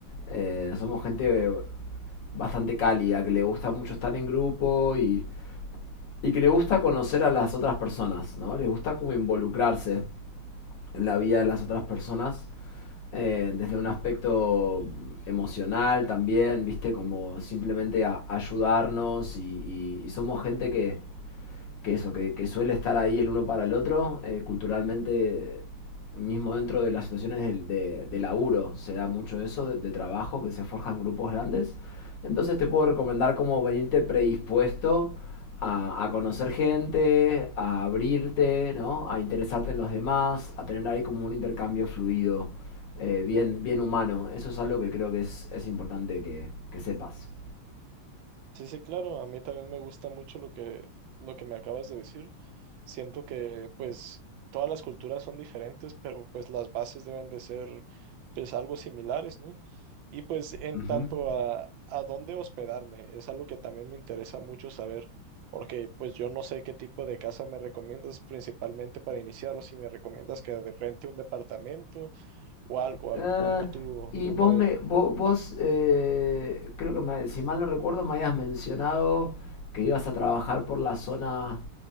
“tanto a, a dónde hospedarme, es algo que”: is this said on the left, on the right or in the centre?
Right